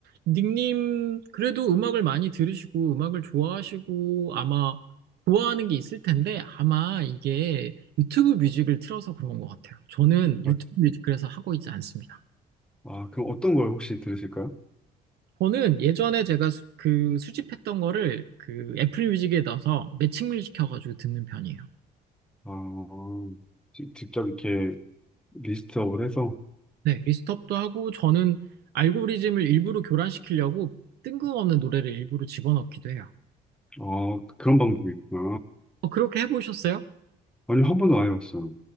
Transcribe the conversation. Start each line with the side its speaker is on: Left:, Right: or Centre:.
Right: 닉님 그래도 음악을 많이 들으시고 음악을 좋아하시고 아마 좋아하는 게 있을 텐데 아마 이게 유튜브 뮤직을 틀어서 그런 것 같아요. 저는
Centre: 맞-
Right: 유튜브 뮤직 그래서 하고 있지 않습니다.
Centre: 아, 그럼 어떤 걸 혹시 들으실까요?
Right: 저는 예전에 제가 수- 그 수집했던 거를 그 애플 뮤직에 넣어서 매칭을 시켜가지고 듣는 편이에요.
Centre: 아, 지- 직접 이렇게 리스트업을 해서,
Right: 네, 리스트업도 하고 저는 알고리즘을 일부러 교란시키려고 뜬금없는 노래를 일부러 집어넣기도 해요.
Centre: 아, 그런 방법이 있구나.
Right: 어, 그렇게 해보셨어요?
Centre: 아니, 한 번도 안 해봤어요.